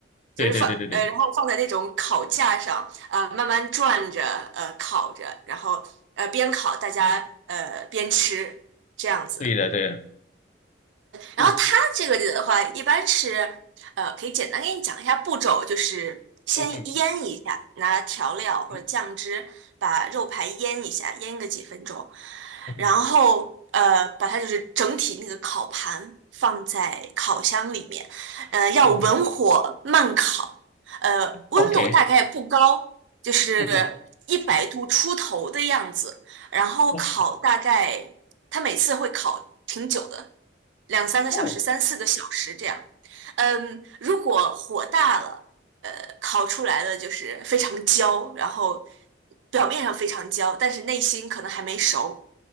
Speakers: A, on the right (about 80°); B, on the left (about 40°).
A: 就是放呃，
B: 对对对对对，
A: 然后放在那种烤架上，呃，慢慢转着，呃，烤着，然后呃边烤大家呃边吃这样子。
B: 对的对的，
A: 然后它这个里的话，
B: 嗯
A: 一般是呃，可以简单给你讲一下步骤，就是先腌一下，
B: 嗯哼。
A: 拿调料或者酱汁把肉排腌一下，
B: 嗯
A: 腌个几分钟，
B: 哼，
A: 然后呃，把它就是整体那个烤盘放在烤箱里面，呃，要文火慢烤，
B: 嗯哼
A: 呃，温度大概不高，
B: ，OK，
A: 就是一百度出头的样子。
B: 嗯哼，
A: 然后烤大概，
B: 哇
A: 它每次会烤挺久的，两三个小时、
B: 哦
A: 三四个小时这样。嗯，如果火大了，呃，烤出来的就是非常焦，然后表面上非常焦，但是内心可能还没熟。